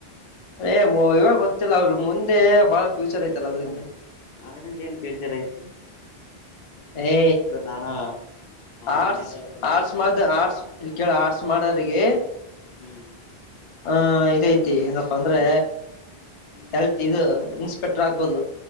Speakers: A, on the left; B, on the left.
A: ಏ ಇವಾಗ ಗೊತ್ತಿಲ್ಲ ಅದರ ಮುಂದೆ ಬಾಳ ಫ್ಯೂಚರ್ ಐತಲ್ಲ ಅದ್ರಿಂದ
B: ಅದರಿಂದ ಏನ್ ಫ್ಯೂಚರ್ ಐತ
A: ಏ
B: ನಾನು ನಿನ್ನಿಂದ
A: ಆರ್ಟ್ಸ್
B: ಸ್ವಲ್ಪ
A: ಆರ್ಟ್ಸ್ ಮ ಆರ್ಟ್ಸ್ ಇಲ್ಲಿ ಕೇಳ ಆರ್ಟ್ಸ್ ಮಾಡ್ರಿಗೆ
B: ಹ್ಮ್
A: ಹ ಇದಐತಿ ಏನಪ್ಪಾ ಅಂದ್ರೆ ಹೇಲ್ತ್ ಇದು ಇನ್ಸ್ಪೆಕ್ಟರ್ ಆಗ್ಬಹದು